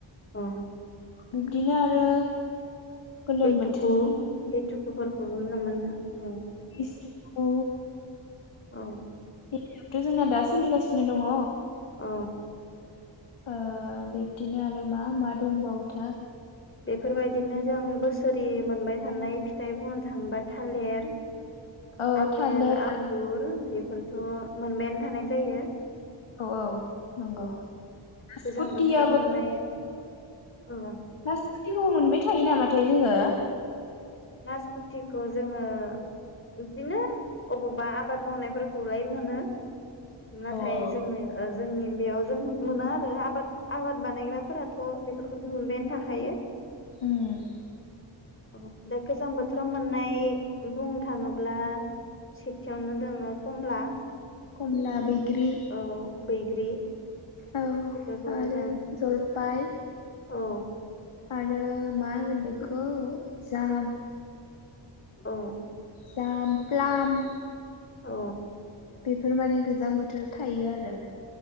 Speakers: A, on the left; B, on the left.
A: औ
B: बिब्दिनो आरो गोलोम
A: लेटुकु
B: बोथोरनि
A: लेटुकुफोरखौबो मोजां मोनो औ
B: इस कौ
A: औ
B: एबथ जोंना दा सोलिगासिनो दङ
A: अ
B: ओ बिब्दिनो आरो मा मा दंबावथा
A: बेफोरबायदिनो जों बोसोरि मोनबाय थानाय फिथाइ बुंनो थाङोबा थालेर
B: औ
A: आपेल,
B: थालिर
A: आंगुर बेफोरथ मोनबायानो थानाय जायो
B: औ औ नंगौ
A: अ
B: नासपुतियाबो
A: गोजां बोथोराव मोननाय औ
B: नासपुतिखौ मोनबाय थायो नामाथाय जोङो?
A: नासपुतिखौ जोङो बिदिनो अबावबा आबाद मावनायफोरखौलाय मोनो नाथाय
B: औ
A: जोंनो ओ जोंनि बेयाव जों मोनो आरो आबाद आबाद बानायग्राफोराथ बेफोरखौ दिहुनबायानो थाखायो
B: उम
A: औ दा गोजां बोथोराव मोननाय बुंनो थाङोब्ला सेथियावनो दोङो कमला
B: कमलाब बैग्रि
A: औ बैग्रि
B: औ
A: बेफोरखौ
B: आरो
A: जों
B: जलफाय
A: औ
B: आरो मा होनो बेखौ जाम
A: अ
B: जाम पलाम
A: औ
B: बेफोर माने गोजां बोथोराव थायो आरो